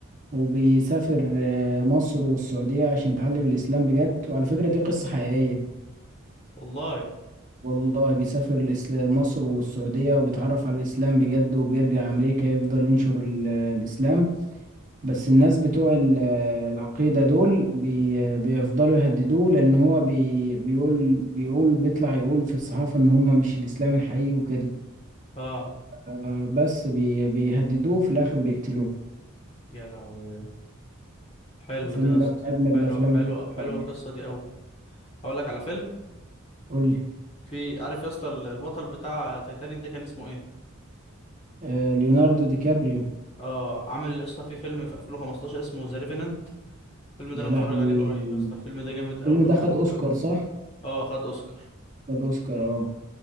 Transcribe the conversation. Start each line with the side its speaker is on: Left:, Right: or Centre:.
Right: وبيسافر آه، مصر والسعودية عشان يتعلم الإسلام بجد وعلى فكرة دي قصة حقيقية
Left: والله
Right: والله بيسافر الإسلا- مصر والسعودية وبيتعرف على الإسلام بجد وبيرجع أمريكا يفضل ينشر ال- الإسلام بس الناس بتوع ال- العقيدة دول بي بيفضلوا يهددوه لأن هو بي بيقول بيقول بيطلع يقول في الصحافة إن هم مش الإسلام الحقيقي وكده
Left: اه
Right: آه، بس بي بيهددوه في الآخر بيقتلوه
Left: يا لهوي حلو
Right: الفيلم
Left: ده يا اسطى
Right: ده من أجمد
Left: حلو
Right: الأفلام
Left: حلو
Right: اللي اتفرجت
Left: حلوه القصه
Right: عليها
Left: دي قوي اقول لك على فيلم
Right: قول لي
Left: في عارف يا اسطى ال- البطل بتاع تايتانيك ده كان اسمه ايه
Right: آه، ليوناردو دي كابريو
Left: اه عامل يا اسطى في فيلم في 2015 اسمه ذا ريفينانت الفيلم ده
Right: يا
Left: انا متفرج
Right: لهوي
Left: عليه قريب يا اسطى الفيلم ده جامد قوي
Right: الفيلم ده خد
Left: قوي
Right: أوسكار
Left: قوي
Right: صح؟
Left: اه خد اوسكار
Right: خد أوسكار اه